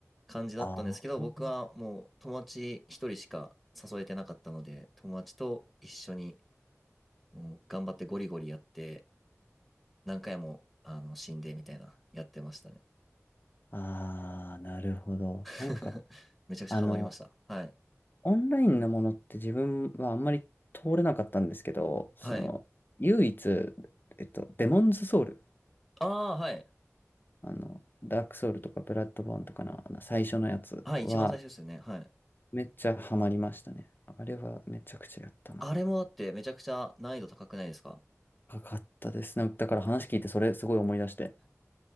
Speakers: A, in the centre; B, on the left.
A: 感じだったんですけど、
B: あー
A: 僕はもう友達1人しか誘えてなかったので、友達と一緒にもう頑張ってゴリゴリやって、何回も、あの、死んでみたいな、やってましたね。
B: あー、なるほど。
A: <laughs>
B: なんか、
A: めちゃくちゃハマりました。
B: あの、
A: はい。
B: オンラインのものって自分はあんまり通れなかったんですけど、その、
A: はい。
B: 唯一、えっと、デモンズソウル
A: ああ、はい。
B: あの、ダークソウルとかブラッドボーンとかの、あの最初のやつは
A: はい、一番最初ですよね。はい。
B: めっちゃハマりましたね。あれはめちゃくちゃやったな。
A: あれもだってめちゃくちゃ難易度高くないですか
B: かかったですね。だから話聞いてそれすごい思い出して。